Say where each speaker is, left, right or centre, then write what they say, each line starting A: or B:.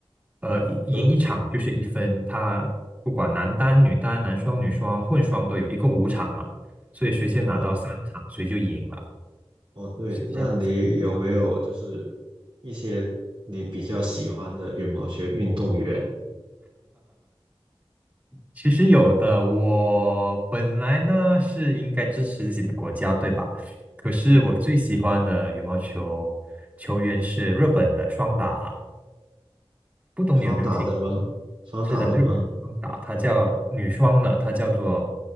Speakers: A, on the right; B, on the right.
A: 呃，
B: 我这个。
A: 一赢一场就是一分，它不管男单、女单、男双、女双、混双都有，一共五场嘛，所以谁先拿到三场，
B: 哦，
A: 谁就赢了，
B: 哦，对，
A: 是这样子。
B: 那你有没有就是一些你比较喜欢的羽毛球运动员？
A: 其实有的，我本来呢是应该支持自己的国家，对吧？可是我最喜欢的羽毛球球员是日本的双打。
B: 嗯，
A: 不懂你有没有听？
B: 双打的吗？双打的吗？
A: 是的，日本双打，它叫女双的，它叫做